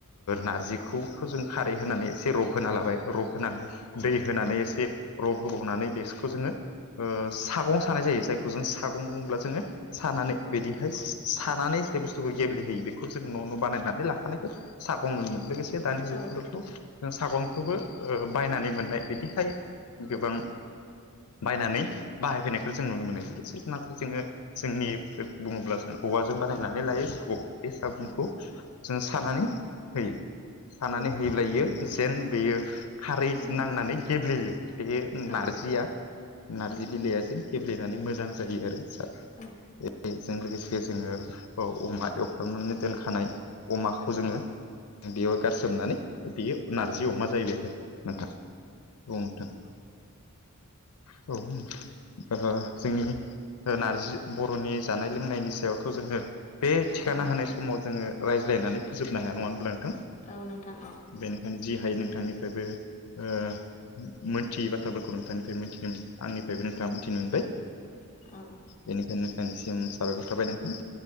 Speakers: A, on the left; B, on the left.
A: नारजिखौखौ जों खारै होनानै एसे रब होना लाबाय रब दै होनानै एसे रब होबावनानै बिसिखौ जोङो ओ साग्लोबसार सानाय जायो जायखौ जों सागं बब्ला जोङो सानानै बिदि बेहाय सानानै जाय बुस्थुखौ गेब्लेहोयो बेखौ जों न' न' बानायनानै लाखानायखौ सागं नोमोन लोगोसे दानि जुगफोरावथ'
B: औ उम
A: जों सागंखौबो बायनानै मोननाय बिदिहाय गोबां बायनानै बाहायफैनायखौ जों नुनो मोनो नाथाय जोङो जोंनि बुङोब्ला जों औवाजों बानायनानै लायो सागं बे सागंखौ।
B: उम
A: जों सानानै होयो सानानै
B: उम
A: होयोब्ला इयो जेन बेयो खारै
B: उम
A: नांनानै गेब्लेयो बे
B: औ
A: नारजिया नारजि
B: उम
A: बिलाइया जेन गेब्लेनानै मोजां जायो आरो सार
B: औ
A: बेजों लोगोसे जोङो औ अमा एवफ्रनानै दोनखानाय अमाखौ
B: औ
A: जोङो बेयाव गारसोमनानै बेयो नारजि अमा जाहैबाय आरो नोंथां औ नोंथां।
B: <inaudible>
A: औ ओं जोंनि ओं नारजि बर'नि जानाय लोंनायनि सायावथ' जोङो बे थिखाना
B: औ
A: होनाय समाव जोङो रायज्लायनानै फोजोबनो हाया नङा होनब्ला नोंथां?
B: औ नोंथां औ
A: बेनिखायनो जि हायो नोंथांनिफ्रायबो ओं मोनथियै बाथ्राफोरखौ नोंथांनिफ्राय मोनथिनो आंनिफ्रायबो नोंथाङा मोनथिनो मोनबाय।
B: अ।
A: बेनिखायनो नोंथांनिसिम साबायखर थाबाय नोंथां।